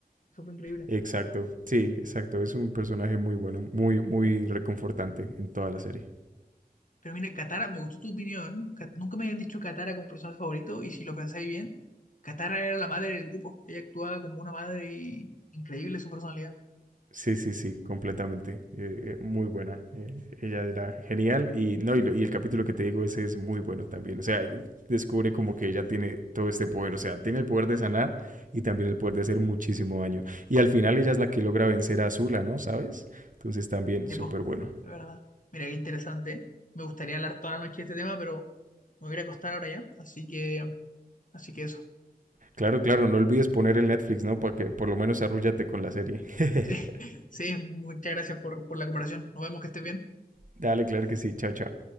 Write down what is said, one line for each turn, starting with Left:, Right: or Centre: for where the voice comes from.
Left: Eso fue increíble.
Right: Exacto. Sí, exacto. Es un personaje muy bueno, muy, muy reconfortante en toda la serie.
Left: Pero mira Katara, me gustó tu opinión. Ka- Nunca me habían dicho Katara como personaje favorito y si lo pensáis bien, Katara era la madre del grupo. Ella actuaba como una madre y increíble su personalidad.
Right: Sí, sí, sí, completamente. Eh, muy buena. Eh, ella era genial. Y, no, y, lo- y el capítulo que te digo, ese es muy bueno también. O sea, descubre como que ella tiene todo este poder. O sea, tiene el poder de sanar y también el poder de hacer muchísimo daño. Y al final ella es la que logra vencer a Azula, ¿no? ¿Sabes? Entonces también
Left: Tipo,
Right: súper bueno.
Left: es verdad. Mira, qué interesante. ¿eh? Me gustaría hablar toda la noche de este tema, pero me voy a ir a acostar ahora ya. Así que, así que eso.
Right: Claro, claro, no olvides poner el Netflix, ¿no? Para que por lo menos arrúllate con la serie. <laughs>
Left: <laughs> Sí, sí, muchas gracias por, por la cooperación. Nos vemos, que estés bien.
Right: Dale, claro que sí. Chao, chao.